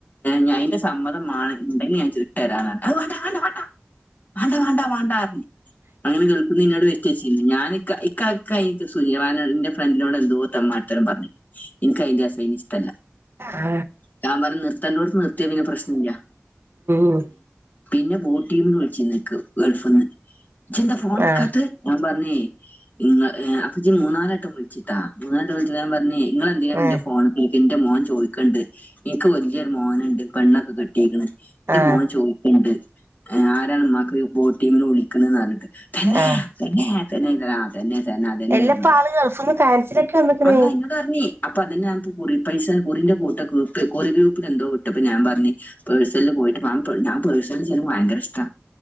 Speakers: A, on the left (about 40°); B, on the right (about 60°).
A: ഞാ ഐന്റെസമ്മതമാണ് ഉണ്ടെങ്കിൽ ഞാൻ ചോദ് ട്ടേരാർന് അഹ് വാണ്ട വാണ്ട വാണ്ട വാണ്ടാ വാണ്ടാ വാണ്ടാർന് അങ്ങനെ കൾഫിന്നിന്നവടെ വെച്ച് <unintelligible> ഞാന് ക്ക ഇക്കഇക്കനിട്ട് സുനീറാനോട് ന്റെ ഫ്രണ്ടിനോട് എന്തോ തെമ്മാട്ടിത്തരം പറഞ്ഞ് ഇനിക്ക് ഐന്റെ ഐനെഷ്ടല്ല
B: ആ
A: ഞാൻ പറ നിർത്തെണ്ടോട്ത്ത് നിർത്തീനെങ്കി പ്രശ്നെല്ലൃ
B: ഉം
A: പിന്നെ ബോടീമിന്ന് വിളിച്ചീനിൻക്ക് ഗൾഫ്ന്ന് ചെന്താ ഫോണെടുക്കാത്ത്
B: ആ
A: ഞാപറഞ്ഞീ ഈ ഇങ്ങള് അപ്പജി മൂന്നാലാട്ടം വിളിച്ചിട്ടാ മൂനട്ടം വിളിച്ചപ്പ ഞാപറഞ്ഞേ നിങ്ങളന്തിനാ ന്റെ
B: ആ
A: ഫോണ്ക്കൈ എന്റെ മോൻ ചോദിക്ക്ണ്ട് എൻക്ക് വല്ലൃരു മോന്ണ്ട് പെണ്ണൊക്കെ കെട്ടീക്ക്ണ് ന്റെമോൻ
B: ആ
A: ചോയ്ക്ക്ണ്ട് ആരാണ് ഉമ്മാക്ക് ബോട്ടീന് വിളിക്ക്ണ്നർഞ്ഞിട്ട് തന്നേ
B: ആ
A: തന്നേ തന്നേ ആ തന്നെ തന്നെ അതെന്നേണ്നർഞു
B: എല്ലപ്പ ആള് ഗൾഫ്ന്ന് കാൻസലൊക്കെ വന്ന്ക്ക്ണ്
A: അതാ ഇന്നോടാറഞ്ഞി അപ്പൊ അതിനകതുകുറിപൈസ കുറിന്റെ കൂട്ട ഗൂപ്പ് കൊറി ഗ്രൂപ്പിലെന്തോ വിട്ടപ്പൊഞാപറഞ്ഞ് പേഴ്സ പോയിട്ട് വാംപേ ഞാപേഴ്സൽചെയ്യ്ണ് ഭയങ്കരഷ്ടാ